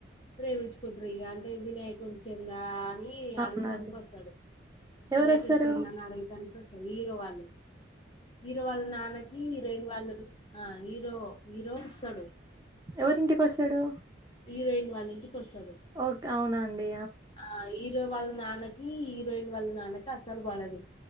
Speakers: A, on the left; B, on the right.
A: ప్రేమించుకుంటారు ఇక అంటే వినాయకుడి చెంద అని
B: అవునండి
A: అడుగుతానికి వస్తాడు
B: ఎవరు
A: వినాకుడికి
B: వస్తారు
A: చెందా అడుగుతానికి స్తర్ హీరో వాళ్ళు హీరో వాళ్ళ నాన్నకి రైడు వాళ్ళు ఆ హీరో హీరో వస్తడు
B: ఎవరింటికి వస్తాడు
A: హీరోయిన్ వాళ్ళ ఇంటికి వస్తాడు
B: ఓకే అవునా అండి
A: ఆ హీరో వాళ్ళ నాన్న కి హీరోయిన్ వాళ్ళ నాన్నకి అస్సల్ పడదు